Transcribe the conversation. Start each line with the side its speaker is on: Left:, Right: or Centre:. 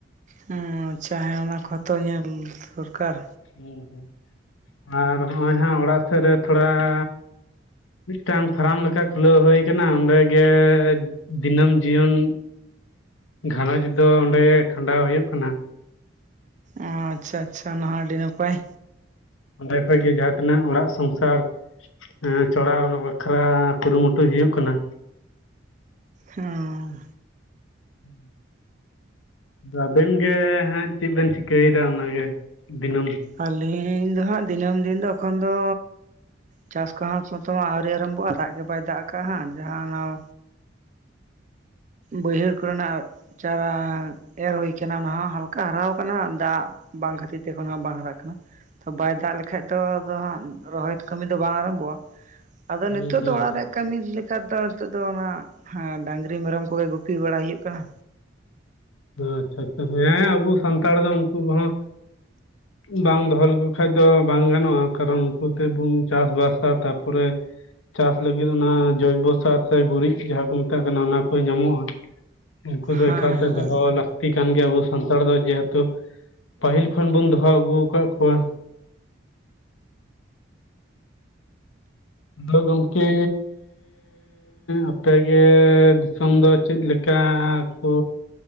Right: ᱦᱚᱸ ᱟᱪᱷᱟ ᱦᱮᱸ ᱚᱱᱟ ᱠᱚᱦᱚᱸ ᱛᱚ ᱧᱮᱞ ᱫᱚᱨᱠᱟᱨ᱾
Left: ᱦᱩᱸ ᱦᱩᱸ ᱟᱨ ᱦᱚᱸᱜ ᱚᱭ ᱦᱟᱸᱜ ᱚᱲᱟᱜ ᱥᱮᱜ ᱨᱮ ᱛᱷᱚᱲᱟ ᱾ ᱢᱤᱫ ᱴᱟᱝ ᱯᱷᱟᱨᱟᱢ ᱞᱮᱠᱟ ᱠᱷᱩᱞᱟᱹᱣ ᱦᱚᱭ ᱠᱟᱱᱟ ᱚᱸᱰᱮ ᱜᱮ ᱫᱤᱱᱟᱹᱢ ᱡᱤᱭᱚᱱ᱾ ᱜᱷᱟᱨᱚᱸᱡᱽ ᱫᱚ ᱚᱸᱰᱮ ᱠᱷᱟᱸᱰᱟᱣ ᱦᱩᱭᱩᱜ ᱠᱟᱱᱟ᱾
Right: ᱚ ᱟᱪᱪᱷᱟ ᱟᱪᱪᱷᱟ ᱚᱱᱟ ᱦᱚᱸ ᱟᱹᱰᱤ ᱱᱟᱯᱟᱭ᱾
Left: ᱚᱸᱰᱮ ᱠᱷᱚᱡ ᱜᱮ ᱡᱟᱦᱟᱸ ᱛᱤᱱᱟᱹᱜ ᱚᱲᱟᱜ ᱥᱚᱝᱥᱟᱨ᱾ ᱦᱮᱸ ᱪᱚᱲᱟᱣ ᱵᱟᱠᱷᱨᱟ ᱠᱩᱨᱩᱢᱩᱴᱩᱭ ᱦᱩᱭᱩᱜ ᱠᱟᱱᱟ᱾
Right: ᱦᱩᱸ
Left: ᱦᱩᱸ ᱟᱵᱮᱱ ᱜᱮ ᱦᱟᱸᱜ ᱪᱮᱫ ᱵᱮᱱ ᱪᱤᱠᱟᱹᱭᱮᱫᱟ ᱚᱱᱟᱜᱮ ᱫᱤᱱᱟᱹᱢ᱾
Right: ᱟᱹᱞᱤᱧ ᱫᱚᱦᱟᱸᱜ ᱫᱤᱱᱟᱹᱢ ᱫᱤᱱ ᱫᱚ ᱮᱠᱷᱚᱱ ᱫᱚ᱾ ᱪᱟᱥ ᱠᱚᱦᱚᱸ ᱱᱚᱛᱮ ᱢᱟ ᱟᱹᱣᱨᱤ ᱟᱨᱚᱢᱵᱚᱜ-ᱟ᱾ ᱫᱟᱜ ᱜᱮ ᱵᱟᱭ ᱫᱟᱜ ᱠᱟᱫ ᱦᱟᱸᱜ ᱡᱟᱦᱟᱸ ᱱᱟᱹᱣ᱾ ᱵᱟᱹᱭᱦᱟᱹᱲ ᱠᱚᱨᱮᱱᱟᱜ ᱪᱟᱨᱟ ᱮᱨ ᱦᱳᱭ ᱠᱟᱱᱟ ᱚᱱᱟ ᱦᱚᱸ ᱦᱟᱞᱠᱟ ᱦᱟᱨᱟᱣ ᱠᱟᱱᱟ ᱦᱟᱸᱜ ᱫᱟᱜ᱾ ᱵᱟᱝ ᱠᱷᱟᱹᱛᱤᱨ ᱛᱮ ᱮᱠᱷᱚᱱ ᱦᱚᱸᱜ ᱵᱟᱝ ᱦᱟᱨᱟᱜ ᱠᱟᱱᱟ᱾ ᱵᱟᱭ ᱫᱟᱜ ᱞᱮᱠᱷᱟᱡ ᱫᱚ ᱟᱫᱚ ᱦᱟᱸᱜ ᱨᱚᱦᱚᱭ ᱠᱟᱹᱢᱤ ᱫᱚ ᱵᱟᱝ ᱟᱨᱚᱢᱵᱚᱜᱼᱟ᱾ ᱟᱫᱚ ᱱᱤᱛᱚᱜ
Left: ᱦᱩᱸ ᱦᱩᱸ
Right: ᱫᱚ ᱚᱲᱟᱜ ᱨᱮᱭᱟᱜ ᱠᱟᱹᱢᱤ ᱞᱮᱠᱟ ᱫᱚ ᱱᱤᱛᱚᱜ ᱫᱚ ᱚᱱᱟ ᱦᱟᱸ ᱰᱟᱝᱨᱤ ᱢᱮᱨᱚᱢ ᱠᱩ᱾ <unintelligible> ᱜᱩᱯᱤ ᱵᱟᱲᱟ ᱦᱩᱭᱩᱜ ᱠᱟᱱᱟ᱾
Left: ᱟᱪᱪᱷᱟ ᱟᱪᱪᱷᱟ ᱦᱮᱸ ᱟᱵᱚ ᱥᱟᱱᱛᱟᱲ ᱫᱚ ᱩᱱᱠᱩ ᱠᱚᱦᱚᱸ ᱵᱟᱝ ᱫᱚᱦᱚ ᱞᱮᱠᱚ ᱠᱷᱟᱡ ᱫᱚ ᱵᱟᱝ ᱜᱟᱱᱚᱜᱼᱟ ᱠᱟᱨᱚᱱ ᱩᱱᱠᱩ ᱛᱮᱵᱚᱱ ᱪᱟᱥᱵᱟᱥᱟ ᱛᱟᱨᱯᱚᱨᱮ ᱪᱟᱥ ᱞᱟᱹᱜᱤᱫ ᱚᱱᱟ ᱡᱚᱭᱵᱚ ᱥᱟᱨ ᱥᱮ ᱜᱩᱨᱤᱡ ᱡᱟᱦᱟᱸ ᱠᱚ ᱢᱮᱛᱟᱜ ᱠᱟᱱᱟ ᱚᱱᱟ ᱠᱚᱭ ᱧᱟᱢᱚᱜᱼᱟ᱾ ᱩᱱᱠᱩ ᱫᱚ
Right: ᱦᱮᱸ
Left: ᱮᱠᱟᱞᱛᱮ
Right: ᱦᱮᱸ
Left: ᱫᱚᱦᱚ ᱞᱟᱹᱠᱛᱤ ᱠᱟᱱ ᱜᱮᱭᱟ ᱟᱵᱚ ᱥᱟᱱᱛᱟᱲ ᱫᱚ ᱡᱮᱦᱮᱛᱩ ᱯᱟᱹᱦᱤᱞ ᱠᱷᱚᱱ ᱵᱚᱱ ᱫᱚᱦᱚ ᱟᱹᱜᱩ ᱟᱠᱟᱜ ᱠᱚᱣᱟ ᱟᱫᱚ ᱜᱚᱝᱠᱮ ᱟᱯᱮᱜᱮᱻ ᱫᱤᱥᱚᱢᱻ ᱫᱚ ᱪᱮᱫ ᱞᱮᱠᱟᱻ ᱠᱚ